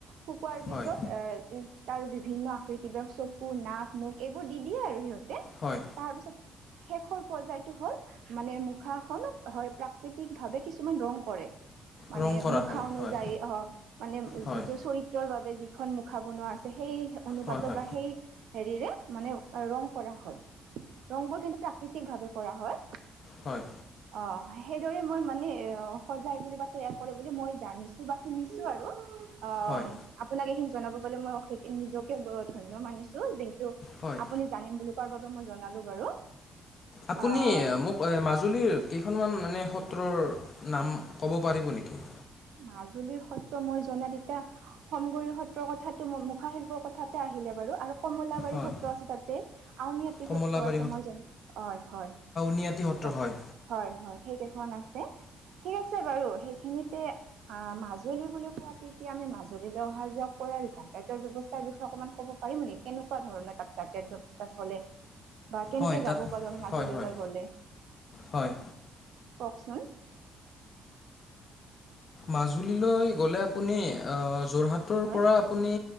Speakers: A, on the right; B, on the left.
A: শুকোৱাৰ পিছত
B: হয়
A: এ তাৰ বিভিন্ন আকৃতিবিলাক চকু, নাক, মুখ, এইবোৰ দি দিয়ে আৰু সিহঁতে।
B: হয়
A: তাৰপিছত শেষৰ পৰ্য্যায়টো হ'ল, মানে মুখাখন হয় প্ৰাকৃতিক ভাৱে কিছুমান ৰং কৰে। মানে
B: ৰং কৰা
A: মুখা
B: হয়
A: অনুযায়ী
B: হয়
A: হ‌ওক, মানে
B: হয়
A: যিটো চৰিত তৰ বাবে যিখন মুখা বনোৱা আছে সেই অনুপাতত
B: হয় হয়
A: বা সেই হেৰিৰে মানে, ৰং কৰা হয়। ৰংবোৰ কিন্তু প্ৰাকৃতিক ভাৱে কৰা হয়।
B: হয়।
A: অ সেইদৰে মই মানে সজাই বুলি বা তৈয়াৰ কৰে বুলি মই জানিছোঁ। বা শুনিছোঁ আৰু। অ
B: হয়
A: আপোনাক এইখিনি জনাব পালে মই অষে নিজকে বৰ ধন্য মানিছো। যিহেতু
B: হয়
A: আপুনি জানিম বুলি কোৱাৰ বাবে মই জনালো বাৰু।
B: আপুনি
A: আহ
B: মোক মাজুলীৰ কেইখনমান এনে সত্ৰৰ নাম ক'ব পাৰিব নেকি?
A: মাজুলীৰ সত্ৰ মই জনাত এতিয়া, সমগুৰি সত্ৰৰ কথাটো, মুখা শিল্পৰ কথাতে আহিলে বাৰু। আৰু কমলাবাৰী
B: হয়
A: সত্ৰ আছে তাতে আউনআতি
B: কমলাবাৰী
A: সত্ৰ আছে মই জ হয় হয়।
B: নিআটি সত্ৰ
A: তাত
B: হয়।
A: হয় হয় সেইকেইখন আছে, ঠিক আছে বাৰু সেইখিনিতে আ মাজুলী বুলি কোৱাত তেতিয়া আমি মাজুলীলৈ অহা যোৱা কৰাৰ যাতায়তৰ ব্যৱস্থাৰ বিষয়ে অকণমান ক'ব পাৰিম নেকি কেনেকুৱা ধৰণৰ তাত যাতায়ত ব্যৱস্থা চলে? বা কেনেকে
B: হয় তাত
A: যাব পাৰো আমি মাজুলীলৈ
B: হয় হয়
A: গলে
B: হয়
A: কওকচোন?
B: মাজুলীলৈ গ'লে আপুনি অ যোৰহাটৰ
A: হয়
B: পৰা আপুনি